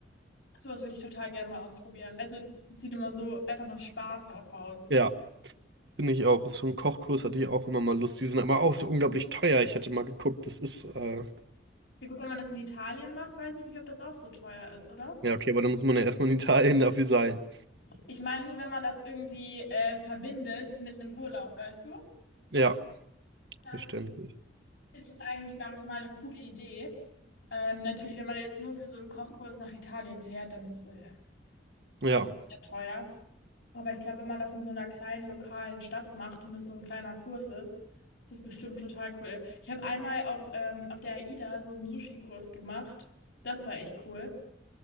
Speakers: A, on the left; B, on the right.
A: Sowas würde ich total gerne mal ausprobieren. Also, es sieht immer so einfach nach Spaß auch aus.
B: Ja, bin ich auch. Auf so einen Kochkurs hatte ich auch immer mal Lust. Die sind aber auch so unglaublich teuer. Ich hatte mal geguckt, das ist, äh,
A: Ja, gut, wenn man das in Italien macht, weiß ich nicht, ob das auch so teuer ist, oder?
B: ja, okay, aber da muss man ja erstmal in Italien <laughs> dafür sein.
A: Ich meine nur, wenn man das irgendwie äh, verbindet mit einem Urlaub, weißt du?
B: Ja,
A: Dann
B: verständlich.
A: Es ist eigentlich, glaube ich, mal eine coole Idee. Ähm, natürlich, wenn man jetzt nur für so einen Kochkurs nach Italien fährt, dann ist es äh,
B: Ja,
A: natürlich sehr teuer. Aber ich glaube, wenn man das in so einer kleinen lokalen Stadt macht und es so ein kleiner Kurs ist, ist das bestimmt total cool. Ich habe einmal auf, ähm, auf der AIDA so einen Sushi-Kurs gemacht. Das war echt cool,